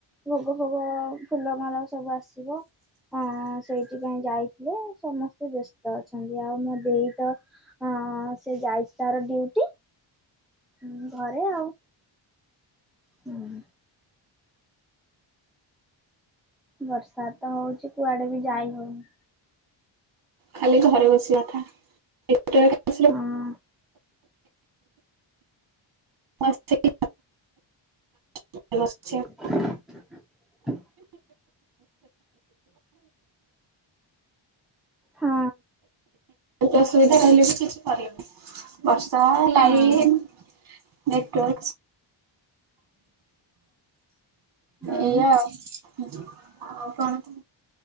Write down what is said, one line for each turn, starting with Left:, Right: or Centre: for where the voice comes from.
Centre: ଭୋଗ ଫୋଗ ଫୁଲମାଳ ସବୁ ଆସିବ। ହଁ ସେଇଥିପାଇଁ ଯାଇଥିଲେ ସମ ତେ ବ୍ୟସ୍ତ ଅଛନ୍ତି ଆଉ ମୋ ଦେଇ ତ ଅଁ ସେ ଯାଇଛି ତାର ଡିଉଟି। ମୁଁ ଘରେ ଆଉ। ହୁଁ। ବର୍ଷା ତ ହଉଛି କୁଆଡେ ବି ଯାଇ ହଉନି।
Right: ଖାଲି ଘରେ ବସିବା କଥା ଆସିଲେ
Centre: ହଁ।
Right: ମୁଁ ମସ୍ <unintelligible> <unintelligible>
Centre: <inaudible> ହଁ।
Right: ଅସୁବିଧା ରହିଲେ ବି କିଛି କରନି ବର୍ଷା ଲାଇନ
Centre: ହଁ
Right: ନେଟୱର୍କ୍ସ
Centre: ଆଉ
Right: ଏଇୟଆ ଆଉ କଣ